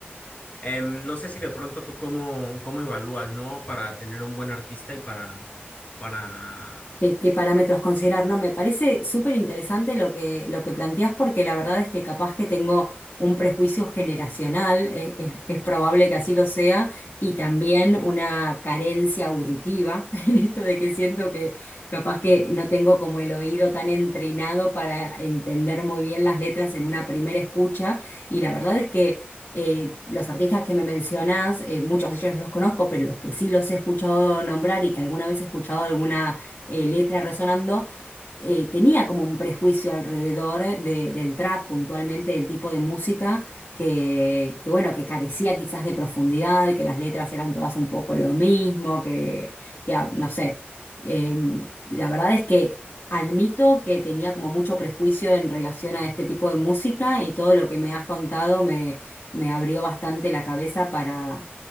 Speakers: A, on the left (about 40°); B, on the left (about 70°).
A: Eh, no sé si de pronto tú cómo, cómo evalúas, ¿no? Para tener un buen artista y para, para...
B: qué, qué parámetros considerar. No, me parece súper interesante lo que, lo que planteás porque la verdad es que capaz que tengo un prejuicio generacional, eh, es, es probable que así lo sea, y también una carencia auditiva <laughs> en esto de que siento que capaz que no tengo como el oído tan entrenado para entender muy bien las letras en una primera escucha, y la verdad es que... eh, los artistas que me mencionás, eh, muchos de ellos no los conozco, pero los que sí los he escuchado nombrar y que alguna vez he escuchado alguna eh, letra resonando, eh, tenía como un prejuicio alrededor de- del trap, puntualmente del tipo de música que, que, bueno, que carecía quizás de profundidad, que las letras eran todas un poco lo mismo, que, que ah, no sé. Em, la verdad es que admito que tenía como mucho prejuicio en relación a este tipo de música y todo lo que me has contado me, me abrió bastante la cabeza para